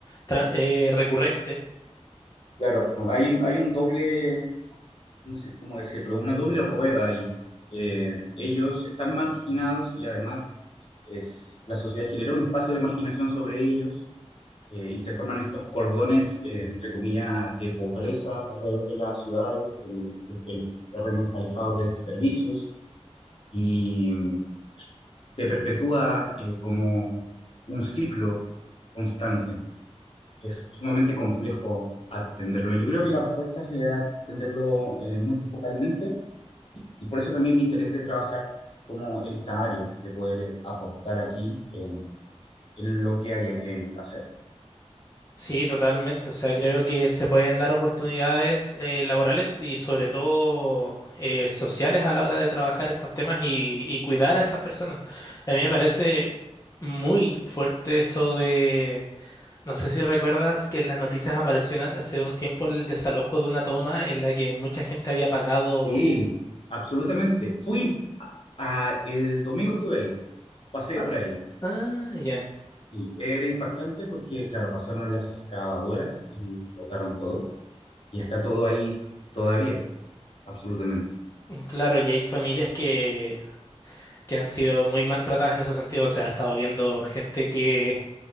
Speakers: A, on the left; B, on the left.
A: tra- eh, recurrente.
B: Claro, hay un, hay un doble, no sé cómo decirlo, una doble rueda y ellos están marginados y además es, la sociedad genera un espacio de marginación sobre ellos eh, y se forman estos cordones, eh, entre comillas, de pobreza alrededor de las ciudades, en los, te- en los terrenos alejados de servicios, y mm, se perpetúa eh, como un ciclo constante. Es sumamente complejo atenderlo. Yo creo que la respuesta es eh, atenderlo eh, multifocalmente, y por eso también mi interés de trabajar como en esta área, de poder eh, aportar aquí en en lo que haya que hacer.
A: Sí, totalmente. O sea, creo que se pueden dar oportunidades eh, laborales y sobre todo eh, sociales a la hora de trabajar estos temas y, y cuidar a esas personas. A mí me parece muy fuerte eso de, no sé si recuerdas que en las noticias apareció una- hace un tiempo el desalojo de una toma en la que mucha gente había pagado...
B: Sí, absolutamente. Fui a, a- el domingo estuve ahí, pasé
A: Ah,
B: por ahí.
A: ah, ya.
B: Y era impactante porque, claro, pasaron las excavadoras y botaron todo. Y está todo ahí todavía, absolutamente.
A: Claro, y hay familias que, que han sido muy maltratadas en ese sentido. O sea, he estado viendo gente que...